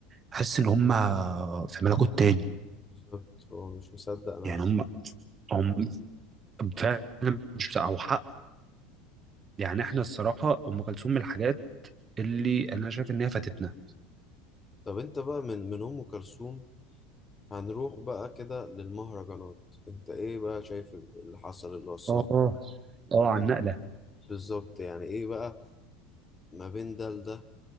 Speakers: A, on the right; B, on the left.
A: تحس ان هم في ملكوت تاني
B: بالظبط هو مش مصدق
A: يعني
B: نفسه
A: هم هم فعلا مش بتاع او حق يعني احنا الصراحه ام كلثوم من الحاجات اللي انا شايف ان هي فاتتنا
B: طب انت بقى من من أم كلثوم هنروح بقى كده للمهرجانات انت ايه بقى شايف اللي حصل اللي وصلنا
A: اه اه عن
B: كده
A: نقله
B: بالظبط يعني ايه بقى ما بين ده لده